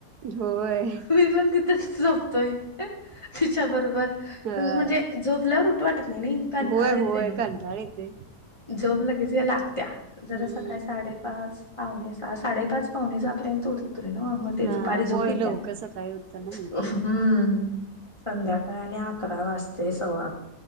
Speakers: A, on the right; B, on the left.
A: होय
B: मी पण तिथेच झोपतोय तिच्या बरोबर
A: हा
B: म्हणजे झोपल्यावर नाही नाही कंटाळा
A: होय
B: येते
A: होय कंटाळ येतोय
B: जप लगेच या लागत्या
A: हम्म
B: जरा सकाळी साडेपाच पाहणेचा साडेपाच पाहणेचापर्यंत त मग ते
A: हा
B: दुपारी झोपी
A: होय लवकर
B: त्या
A: सकाळी उठताना हे होतंय
B: हम् संध्याकाळ आणि आ अकरा वाजते सवा